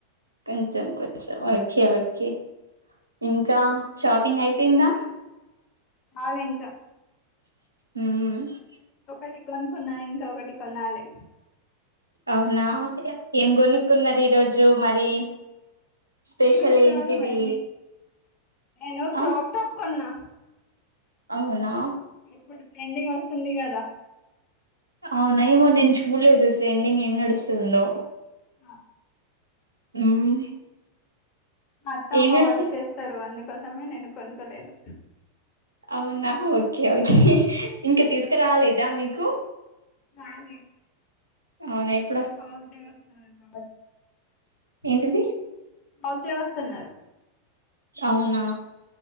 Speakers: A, on the right (about 85°); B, on the left (about 35°).
A: కొంచెం కొంచెం ఓకే ఓకే ఇంకా షాపింగ్ అయిపోయిందా
B: కాలే ఇంకా
A: మ్మ్
B: ఒకటి కొనుకున్నా ఇంకా ఒకటి కొనాలే
A: అవునా ఏం కొనుక్కున్నారు ఈరోజు మరి స్పెషల్
B: ఈరోజు
A: ఏంటిది
B: కాదు మేడం నేను క్రాప్
A: ఆ
B: టాప్ కొన్నా
A: అవునా
B: ఇప్పుడు ట్రెండింగ్ వస్తుంది కదా
A: అవునా ఏమో నేను చూడలేదు ట్రెండింగ్ ఏం నడుస్తుందో
B: అ
A: మ్మ్
B: అత్తమ్మ
A: ఏం నడుస్తు
B: వాళ్ళు తెస్తరు అందు కోసమే నేను కొనుక్కలేదు
A: అవునా ఓకే ఓకే ఇంకా తీసుకురాలేదా మీకు
B: రాలే
A: అవున ఎప్
B: తర్స్ డే వస్తారట
A: ఏంటిది
B: తర్స్ డే వస్తున్నారు
A: అవునా